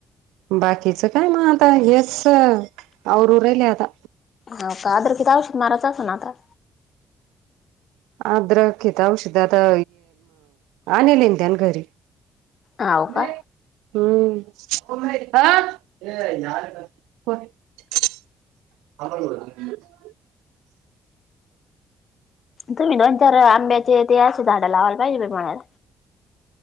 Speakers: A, on the right; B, on the left.
A: बाकीचं काय मग आता हेच आवरु उरेहिल आता.
B: हा कादर कि औषध माराचं अस ना आता.
A: आद्र घिताषध आता आणल इंदन घरी.
B: हाव
A: नाही.
B: का
A: हम्म हो हो. <unintelligible>
B: तुम्ही दोन-चार आंब्याचे ते असे झाडं लावायला पाहिजे म्हणाला.